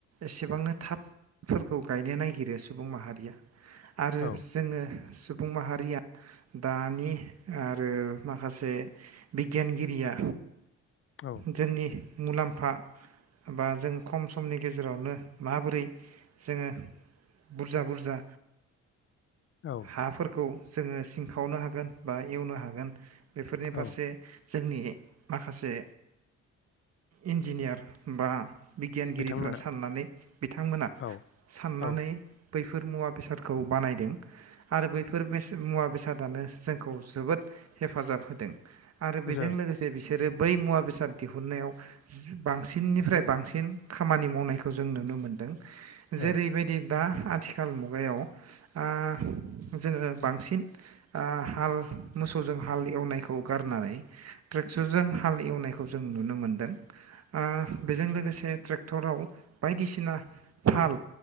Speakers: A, on the right; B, on the left.
A: एसेबांनो थाबफोरखौ गायनो नागिरो सुबुं माहारिया। आरो
B: औ
A: जोङो सुबुं माहारिया दानि आरो माखासे बिगियानगिरिया
B: औ
A: जोंनि मुलाम्फा बा जों खम समनि गेजेरावनो माबोरै जोङो बुरजा बुरजा
B: औ
A: हाफोरखौ जोङो सिं खावनो हागोन बा एवनो हागोन बेफोरनि
B: औ
A: फारसे जोंनि माखासे इन्जिनियार बा बिगियानगिरिफोरा
B: बिथांमोना
A: साननानै बिथांमोना
B: औ
A: साननानै
B: औ
A: बैफोर मुवा बेसादखौ बानायदों आरो बैफोर मेस मुवा बेसादानो जोंखौ जोबोद हेफाजाब होदों आरो बेजों
B: जों
A: लोगोसे बिसोरो बै मुवा बेसाद दिहुनन्नायाव बांसिननिफ्राय बांसिन खामानि मावनायखौ जों नुनो मोनदों।
B: औ
A: जेरैबायदि दा आथिखाल मुगायाव ओ जोङो बांसिन ओ हाल मोसौजों हाल एवनायखौ गारनानै ट्रेक्टरजों हाल एवनायखौ जों नुनो मोनदों ओ बेजों लोगोसे ट्रेक्टराव बायदिसिना थाल